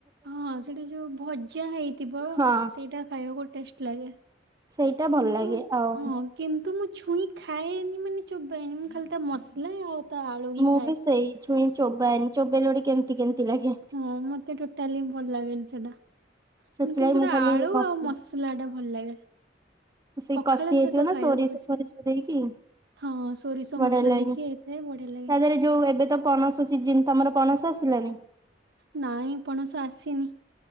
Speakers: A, on the right (about 65°); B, on the right (about 20°).
A: ହଁ ସେଠି ଯୋଉ ଭଜା ହେଇଥିବ
B: ହଁ।
A: ସେଇଟା ଖାଇବାକୁ ଟେଷ୍ଟ ଲାଗେ।
B: ସେଇଟା ଭଲ
A: କିନ୍ତୁ
B: ଲାଗେ ଆଉ
A: ହଁ। କିନ୍ତୁ ମୁଁ ଛୁଇଁ ଖାଏନି ମାନେ ଚୋବେଇନି ମୁଁ ଖାଲି ତା ମସଲା ଆଉ ତା ଆଳୁ ହିଁ
B: ମୁଁ
A: ଖାଏ।
B: ବି ସେଇ ଛୁଇଁ ଚୋବାଏନି ଚୋବେଇଲେ ଗଟେ କେମିତି କେମିତି ଲାଗେ।
A: ହଁ ମତେ ଗୋଟାଲି ଭଲ ଲାଗେନି ସେଇଟା।
B: ସେଥିଲାଗି
A: କିନ୍ତୁ
B: ମୁଁ
A: ତା
B: ଖାଲି
A: ଆଳୁ
B: ମସ
A: ଆଉ ମସଲା ଟା ଭଲ ଲାଗେ।
B: ସେ
A: ପଖାଳ
B: କଷି
A: ସହିତ
B: ହେଇଥିବ ନା
A: ଖାଇବାକୁ
B: ସୋରିଷ
A: ବେଶୀ
B: ଫୋରିଷ ଦେଇକି।
A: ହଁ ସୋରିଷ
B: ବଢିଆ
A: ମସଲା
B: ଲାଗେ।
A: ଦେଇକି ଏଥିରେ ବଢ଼ିଆ ଲାଗେ।
B: ତା ଦେହରେ ଯୋଉ ଏବେ ତ ପଣସ ସିିଜିନ ତମର ପଣସ ଆସିଲାଣି?
A: ନାଇଁ ପଣସ ଆସିନି